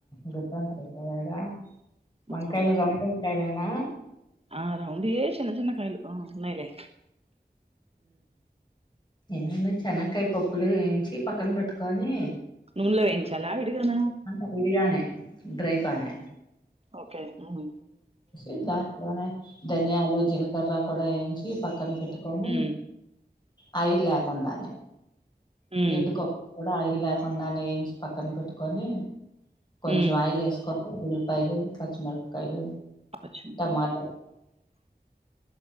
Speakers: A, on the left (about 25°); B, on the right (about 35°).
A: గ ట సగా మంకాయలు
B: ఉమ్,
A: రా సరేనా
B: ఆ <unintelligible> చిన్న చిన్న కయలు అ అన్నాయిలే
A: నేను చెనకాయ పప్పులు వేయించి పక్కన పెట్టుకొని
B: నూనలో వేయించాలా విడిగాన
A: అంత విడిగానే డ్రై గానే
B: ఓకే ఉమ్.
A: ఇట్లోనే ధనియాలు జీలకర్ర కూడా ఏంచ ఇ పక్కన పెట్టకోని
B: ఉమ్
A: అవి లేకుండానే
B: ఉమ్
A: ఎండుకో అయిల్ లేకుండా నేయించి పక్కన పెట్టుకొని కొంచెం
B: ఉమ్
A: ఆయిల్ వేసుకో ఉుల్పాయలు పచ్చిమిరపకాయలు
B: <unintelligible>
A: టమాటా